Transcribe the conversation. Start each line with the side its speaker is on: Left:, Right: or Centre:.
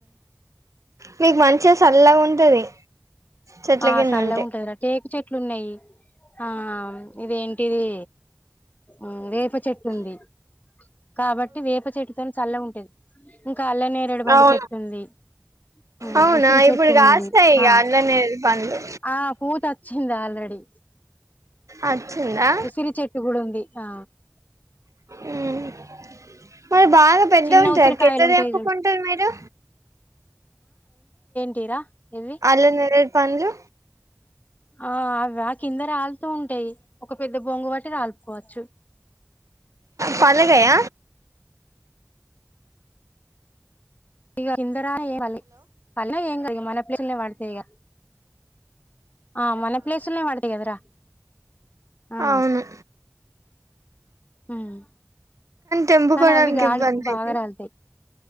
Right: మీకు మంచి సల్లాగా ఉంటది చెట్ల
Left: ఆ
Right: కింద
Left: సల్లగా
Right: ఉంటే
Left: ఉంటుది టేక చెట్ అట్లున్నాయి ఆ ఇదేంటిది ఉందిర్ కాబట్టి వేపచెట్టుతోని సల్లగున్ ద్ ఉ కల్లనేరడు పండు
Right: అవును
Left: చెట్టు ఉంది. ఉ
Right: అవునా
Left: ఉసిరి చెట్టు
Right: ఇప్పుడు
Left: ఉన్నది
Right: కాస్తాయి ఇక
Left: ఆ.
Right: అల్లనే పండ్లు
Left: ఆ పూత వచ్చింది ఆల్రెడీ.
Right: వచ్చిందా
Left: ఉసిరి చెట్టు గుడ ఉంది. ఆ.
Right: ఉహు. మరి బాగా పెద్దగ
Left: చిన్న
Right: ఉంటది
Left: ఉసిరికాయలు
Right: క్క ఎట్లా
Left: ఉంటాయి
Right: తెంపుకుంటారు
Left: చూడు
Right: మీరు.
Left: కేరా. ఏవి
Right: అల్ల నేరేడు పండ్లు
Left: ఆ అవ్వ కిందా రాలుతూ ఉంటయి. టై. ఒక పెద్ద బొంగు బట్టి రాల్పుకోవచ్చు.
Right: పలగయ్య.
Left: ఇగ ఇందరా ఏ పళ్ ఏం క. ప్లేసులనే పడతాయిగా. ఆ మన ప్లేసులోనే పడుతాయి కదరా. ఆ
Right: అవును.
Left: ఉమ్.
Right: తెంపుకోవడానికి
Left: కానీ అవి గాడుపుకు
Right: ఇబ్బంది
Left: బాగా
Right: అయితది
Left: రాలుతాయి.